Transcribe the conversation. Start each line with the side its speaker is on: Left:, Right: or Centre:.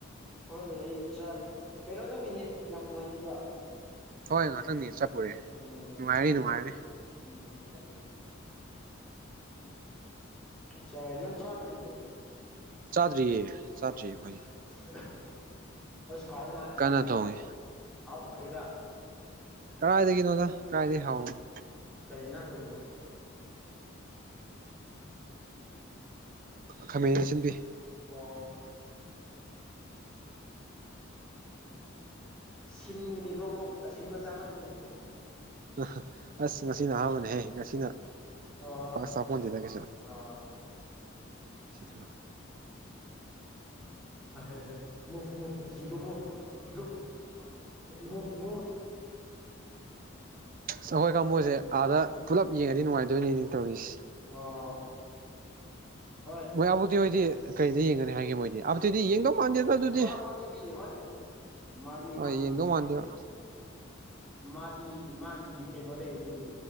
Centre: ꯍꯣꯏ ꯑꯩ ꯆꯥꯔꯦ ꯀꯩꯅꯣ ꯅꯪꯒꯤꯅꯦꯠ ꯌꯥꯝ ꯅꯨꯡꯉꯥꯏꯇꯦꯗ ꯑ
Right: ꯍꯣꯏ ꯉꯥꯛꯇꯪꯅꯤ ꯆꯠꯄꯨꯔꯦ ꯅꯨꯡꯉꯥꯏꯔꯤ ꯅꯨꯡꯉꯥꯏꯔꯤ
Centre: ꯆꯟ ꯆꯔꯖꯕꯣ
Right: ꯆꯥꯗ꯭ꯔꯤꯌꯦ
Centre: ꯎꯝ
Right: ꯆꯥꯗ꯭ꯔꯤ ꯑꯩꯈꯣꯏ
Centre: ꯁꯤ ꯑ ꯍꯥꯎ ꯃꯥꯗ
Right: ꯀꯟꯅ ꯊꯣꯡꯉꯤ
Centre: ꯍꯥꯎ ꯃꯥꯂꯗ
Right: ꯀꯗꯥꯥꯏꯗꯒꯤꯅꯣꯗ ꯀꯗꯥꯥꯏꯏꯗꯒꯤ ꯍꯥꯎꯅꯣ
Centre: ꯀꯩ ꯉꯥꯡ ꯇꯣꯡꯤꯅꯣ
Right: ꯈꯥꯃꯅ ꯁꯤꯟꯕꯤ
Centre: ꯑꯣ ꯁꯤꯟꯅꯤꯒꯣ ꯃꯨꯡ ꯁꯤꯟꯕ ꯆꯥ ꯃꯥꯟꯒꯅ ꯃꯨꯡ
Right: ꯑ ꯑꯁ ꯉꯁꯤꯅ ꯑꯍꯥꯟꯕꯅꯦꯍꯦ ꯉꯁꯤꯅ
Centre: ꯑꯣ
Right: ꯄꯥꯁ ꯆꯄꯣꯟꯗꯤꯗꯒꯦꯁ
Centre: ꯑꯥ
Right: ꯊ
Centre: ꯍꯥꯏ ꯍꯥꯏ ꯃꯁ ꯃꯣꯁꯒꯣ ꯃꯣꯁꯒꯣ ꯁꯁ
Right: ꯑꯁ ꯑꯩꯈꯣꯏ ꯀꯥꯡꯕꯨꯁꯦ ꯑꯥꯗ ꯄꯨꯂꯞ ꯌꯦꯡꯉꯗꯤ ꯅꯨꯡꯉꯥꯏꯗꯣꯏꯅꯤꯅꯦ ꯇꯧꯔꯤꯁꯦ
Centre: ꯑꯣ ꯍꯣꯏ
Right: ꯃꯣꯏ ꯑꯗꯨꯕꯨꯛꯇꯤ ꯍꯣꯏꯗꯤ ꯀꯩꯗ ꯌꯦꯡꯒꯅꯤ ꯍꯥꯏꯒꯦ ꯃꯣꯏꯗꯤ ꯑꯗꯨꯗꯤꯗꯤ ꯌꯦꯡꯗꯧ ꯃꯥꯟꯗꯦꯗ ꯑꯗꯨꯗꯤ
Centre: ꯑꯐ ꯑꯐꯥꯎꯗꯨꯗꯤ ꯌꯦꯡꯉꯣꯏ ꯃꯥꯗꯤ
Right: ꯍꯣꯏ ꯌꯦꯡꯗꯧ ꯃꯥꯟꯗꯦꯕ
Centre: ꯃꯥꯗꯤ ꯃꯥꯒꯤ ꯀꯩꯅꯣ ꯂꯩ ꯑꯗꯨꯗꯤ